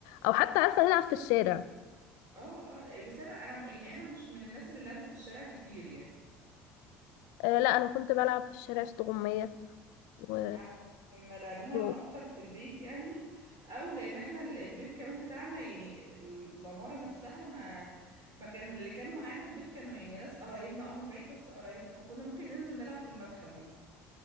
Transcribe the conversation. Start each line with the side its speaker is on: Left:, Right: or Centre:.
Left: أو حتى عارفة نلعب في الشارع
Right: اه اه لا، بس انا انا يعني انا مش من الناس اللي لعبت في الشارع كتير يعني
Left: آه لا أنا كنت بلعب في الشارع استغمية و...
Right: انا كنا لعبنا
Left: و...
Right: الاكتر في البيت يعني او لان احنا ال- البيت كمان بتاعنا يعني ال- العماره نفسها ما ما كان اللي كانوا معانا في البيت كانوا يعني ناس قرايبنا اه من بعيد بس قرايبنا فكنا ممكن ننزل نلعب في المدخل مثلا